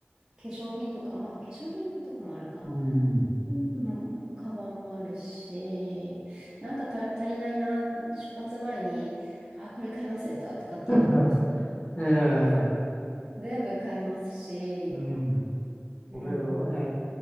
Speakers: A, on the right (about 15°); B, on the left (about 30°).
A: 化粧品とか、まあ化粧品はどこもあるか。
B: うん。
A: うん、カバンもあるし、なんかた足りないな、出発前に、あ、これ買い忘れたとかっていうのも
B: <laughs> ええ、
A: 全部買えますし、
B: うん。
A: うん。
B: それは、
A: ね。
B: え